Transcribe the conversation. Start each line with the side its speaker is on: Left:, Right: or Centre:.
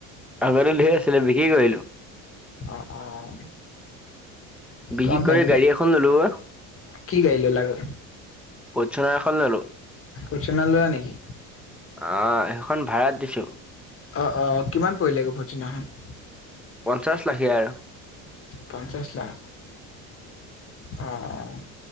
Centre: আগতে ধেৰ আছিলে, বিক্ৰী কৰিলোঁ।
Left: অ', অ'।
Centre: বিক্ৰী
Left: তোমাৰ বে
Centre: কৰি
Left: বে
Centre: গাড়ী এখন ললোঁ অ'।
Left: কি গাড়ী ল'লা গৈ
Centre: ফৰ্চুনাৰ এখন ল'লোঁ।
Left: ফৰ্চুনাৰ ল'লা নেকি?
Centre: অ', সেইখন ভাড়াত দিছোঁ।
Left: অ', অ'। কিমান পৰিলে গৈ ফৰ্চুনাৰখনত?
Centre: পঞ্চাশ লাখেই আৰু।
Left: পঞ্চাছ লাখ। অ', অ'।